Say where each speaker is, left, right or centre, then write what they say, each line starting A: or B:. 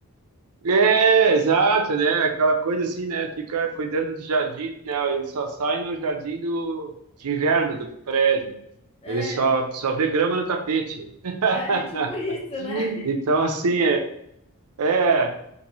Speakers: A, on the right; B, on the left.
A: É, exato, né? Aquela coisa assim, né? Fica cuidando do jardim, né? Ele só sai no jardim do, de inverno do prédio.
B: É,
A: Ele só, só vê grama no tapete. <laughs>
B: é, é tipo isso, né?
A: Então, assim, é, é.